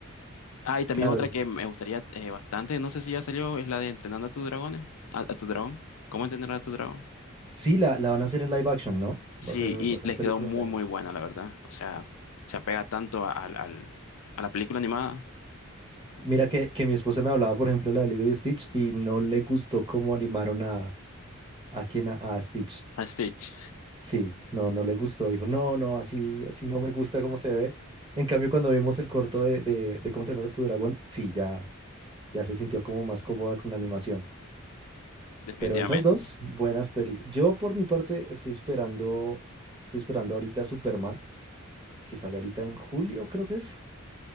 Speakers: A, on the left; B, on the right.
A: Ah, y también
B: claro.
A: otra
B: digo,
A: que me gustaría eh, bastante, no sé si ya salió, es la de Entrenando a tus dragones, a, a tu dragón. ¿Cómo entrenar a tu dragón?
B: Sí, la, la van a hacer en live action, ¿no?
A: Sí,
B: Va a ser,
A: y
B: va a ser
A: les
B: película
A: quedó muy,
B: en live
A: muy
B: action.
A: buena, la verdad. O sea, se apega tanto a, al- al- a la película animada
B: Mira que, que mi esposa me hablaba, por ejemplo, de la de Lilo y Stitch y no le gustó cómo animaron a, a, quien a a Stitch.
A: A Stitch,
B: Sí, no, no le gustó. Dijo, no, no, así, así no me gusta cómo se ve. En cambio, cuando vimos el corto de, de, de cómo entrenar a tu dragón, sí, ya, ya se sintió como más cómoda con la animación.
A: definitivamente.
B: Pero esas dos, buenas pelis. Yo, por mi parte, estoy esperando, estoy esperando ahorita Superman, que sale ahorita en julio, creo que es.